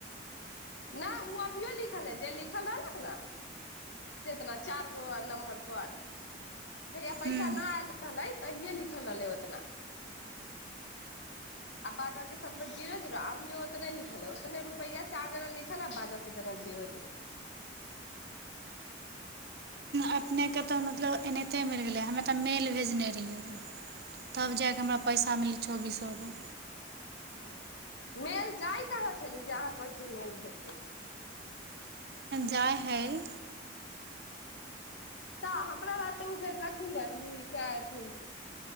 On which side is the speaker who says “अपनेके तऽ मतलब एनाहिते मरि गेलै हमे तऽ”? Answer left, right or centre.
Right